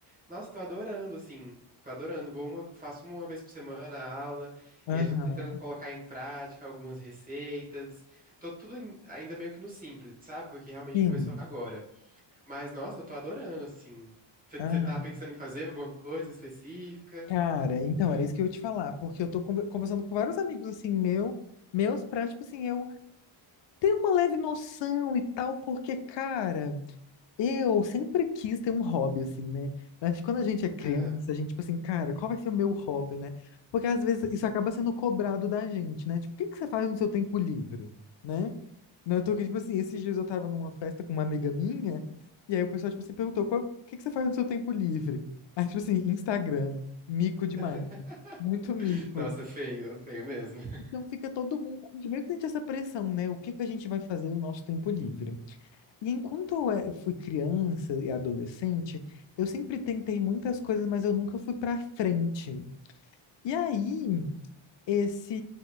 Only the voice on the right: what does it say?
Nossa, tô adorando, assim. Tô adorando. Vou uma, faço uma vez por semana a aula,
e aí já tô tentando colocar em prática algumas receitas. Tô tudo em- ainda meio que no simples, sabe? Porque realmente
começou agora. Mas, nossa, eu tô adorando, assim. Você
tá pensando em fazer alguma coisa específica?
Aham.
<laughs>
Nossa, feio, feio mesmo. <laughs>